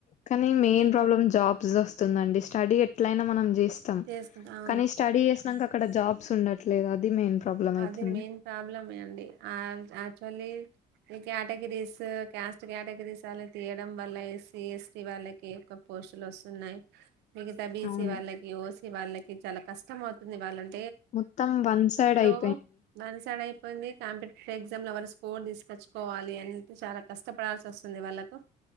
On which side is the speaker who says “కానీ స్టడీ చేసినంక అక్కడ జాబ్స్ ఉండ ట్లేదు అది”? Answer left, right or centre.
Left